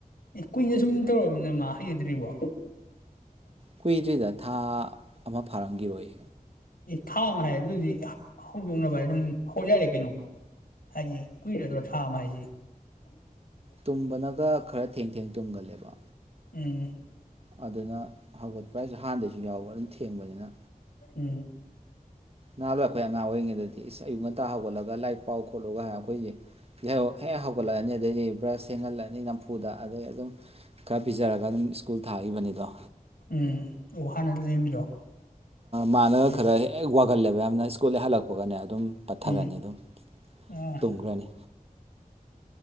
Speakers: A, on the left; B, on the right.
A: ꯏ ꯀꯨꯏꯅ ꯁꯨꯝ ꯇꯧꯔꯕꯃꯤꯅ ꯃꯥ ꯍꯩꯩꯅꯗ꯭ꯔꯤꯕꯣ
B: ꯀꯨꯏꯗ꯭ꯔꯤꯗ ꯊꯥ ꯑꯃ ꯐꯔꯝꯈꯤꯔꯣꯏ
A: ꯊꯥ ꯑꯃ ꯍꯥꯏꯔꯦ ꯑꯗꯨꯗꯤ ꯍꯧꯗꯣꯛꯅꯕ ꯑꯗꯨꯝ ꯍꯣꯠꯅꯔꯦ ꯀꯩꯅꯣ ꯍꯥꯏꯗꯤ ꯀꯨꯏꯔꯗ꯭ꯔꯣ ꯊꯥ ꯑꯃ ꯍꯥꯏꯗꯤ <unintelligible>
B: ꯇꯨꯝꯕꯅꯒ ꯈꯔ ꯊꯦꯡ ꯊꯦꯡ ꯇꯨꯝꯒꯜꯂꯦꯕ
A: ꯎꯝ
B: ꯑꯗꯨꯅ ꯍꯧꯒꯠꯄ ꯍꯥꯏꯖ ꯑꯍꯥꯟꯗꯩꯁꯨ ꯌꯥꯎꯕ ꯑꯗꯨꯝ ꯊꯦꯡꯕꯅꯤꯅ
A: ꯎꯝ
B: ꯅꯍꯥ ꯂꯣ ꯑꯩꯈꯣꯏ ꯑꯉꯥꯡ ꯑꯣꯏꯔꯤꯉꯩꯗꯗꯤ ꯏꯁ ꯑꯌꯨꯛ ꯉꯟꯇꯥ ꯍꯧꯒꯠꯂꯒ ꯂꯥꯏ ꯄꯥꯎ ꯈꯣꯠꯂꯨꯒ ꯍꯥꯏ ꯑꯩꯈꯣꯏꯒꯤ ꯌꯥꯍꯧ ꯍꯦꯛ ꯍꯧꯒꯠꯂꯛꯑꯅꯤ ꯑꯗꯗꯤ ꯕ꯭ꯔꯁ ꯁꯦꯡꯍꯜꯂꯅꯤ ꯅꯝꯐꯨ ꯅꯝꯐꯨꯗ ꯑꯗꯩ ꯑꯗꯨꯝ ꯈꯔ ꯄꯤꯖꯔꯒ ꯑꯗꯨꯝ ꯁ꯭ꯀꯨꯜ ꯊꯥꯈꯤꯕꯅꯤꯗꯣ
A: ꯎꯝ ꯑꯣ ꯍꯥꯟꯅ ꯂꯦꯝꯕꯤꯗꯣ
B: ꯃꯥꯅ
A: ꯍꯣꯏ
B: ꯈꯔ ꯍꯦꯛ ꯋꯥꯈ ꯈꯜꯂꯦꯕ ꯌꯥꯝꯅ ꯁ꯭ꯀꯨꯜ ꯍꯜꯂꯛꯄꯒꯅꯦ ꯑꯗꯨꯝ ꯄꯠꯊꯔꯅꯤ
A: ꯎꯝ
B: ꯑꯗꯨꯝ
A: ꯑꯥ
B: ꯇꯨꯝꯈ꯭ꯔꯅꯤ